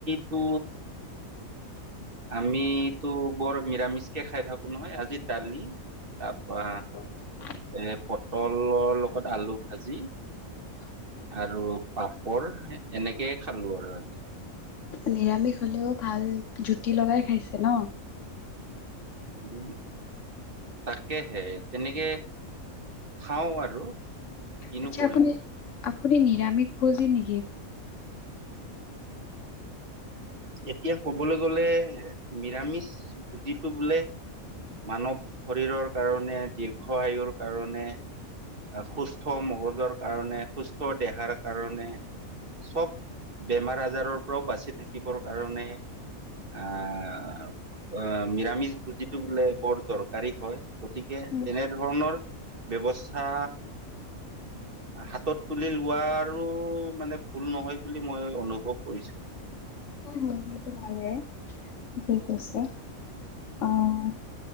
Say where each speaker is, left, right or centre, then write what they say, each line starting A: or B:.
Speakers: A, on the right; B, on the left.
A: তো
B: <inaudible> <inaudible>
A: আমিতো বৰ মৰামিচকে খাই থাকো নহয় আজি দালি তাৰপা
B: <inaudible> <inaudible>
A: এ পটলৰ লগত আলু ভাজি।
B: উ <inaudible>
A: আৰু পাপৰ এনেকেই খালো আৰু আজি।
B: নিৰামিষ হলেও ভাল। জুতি লগাই খাইছে ন।
A: উম। তাকেহে তেনেকে খাওঁ আৰু। কিনো
B: আচ্ছা
A: কৰিব।
B: আপুনি আপুনি নিৰামিষ ভূজি নেকি?
A: এতিয়া কবলৈ গলে নিৰামিষ বুজিটো বোলে মানৱ শৰীৰৰ কাৰণে দীৰ্ঘ আয়ুৰ কাৰণে সুস্থ মগজৰ কাৰণে সুস্থ দেহাৰ কাৰণে চব বেমাৰ আজাৰৰ পৰাও বাচি থাকিবৰ কাৰণে আহ আহ নিৰামিষ ভোজিটো বোলে বৰ দৰকাৰী হয়। গতিকে
B: উম
A: তেনেধৰণৰ ব্যৱস্থা হাতত তুলি লোৱা আৰু মানে ভুল নহয় বুলি মই অনুভৱ কৰিছো।
B: উ সেইটো হয় ঠিকেই কৈছা। আহ